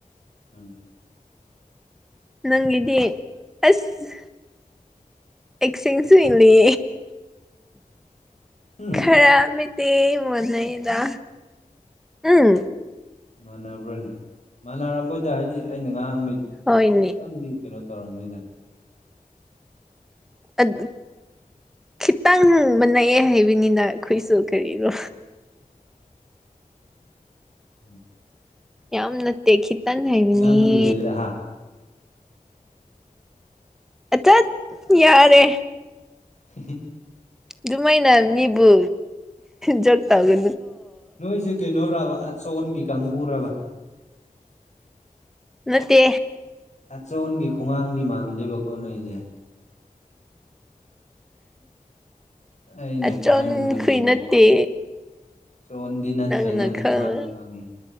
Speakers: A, on the left; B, in the centre.
A: ꯎꯝ
B: ꯅꯪꯒꯤꯗꯤ ꯑꯁ ꯑꯦꯛꯁꯆꯦꯟꯁꯨ ꯏꯜꯂꯤ
A: ꯎꯝ
B: ꯈꯔꯇꯩ ꯃꯅꯩꯗ ꯎꯝ
A: ꯃꯥꯟꯅꯕ꯭ꯔꯅꯤ ꯃꯥꯟꯅꯔ ꯃꯣꯏꯗ ꯍꯥꯏꯗꯤ ꯑꯩꯅ ꯉꯍꯥꯡꯕꯩ
B: ꯍꯣꯏꯅꯦ
A: ꯈꯤꯇꯪꯗꯤ ꯀꯩꯅꯣ ꯇꯧꯔꯝꯅꯤꯗ
B: ꯑꯗꯨ ꯈꯤꯇꯪ ꯃꯅꯛꯑꯦ ꯍꯥꯏꯕꯅꯤꯅ ꯑꯩꯈꯣꯏꯁꯨ ꯀꯔꯤꯅꯣ
A: ꯎꯝ
B: ꯌꯥꯝ ꯅꯠꯇꯦ ꯈꯤꯇꯟ ꯍꯥꯏꯕꯤꯅꯤ
A: ꯅꯪꯗꯤ ꯍꯦꯜꯂꯦ ꯍꯥ
B: ꯑ ꯆꯠ ꯌꯥꯔꯦ
A: <unintelligible>
B: ꯑꯗꯨꯃꯥꯏꯅ ꯃꯤꯕꯨ ꯖ ꯇꯥꯒ
A: ꯅꯣꯏꯁꯦ ꯀꯩꯅꯣꯔꯕ ꯑꯥꯠ ꯁꯟꯒꯤ ꯀꯥꯡꯕꯨꯔꯕ
B: ꯃꯠꯇꯦ
A: ꯑꯆꯣꯟꯒꯤ ꯈꯣꯡꯒꯥꯡꯗꯤ ꯃꯝꯗꯦꯕꯀꯣ ꯅꯣꯏꯁꯦ ꯑꯩꯅ
B: ꯑꯆꯝ
A: ꯈꯟꯕꯗꯗꯤ
B: ꯀꯨꯏ ꯅꯠꯇꯦ
A: ꯆꯣꯟꯗꯤ ꯅꯠꯇ꯭ꯔꯦ
B: ꯅꯪꯅ
A: ꯅꯪ ꯈꯣꯡꯒꯥꯡꯗ
B: ꯈꯪ
A: ꯐꯪꯉꯦ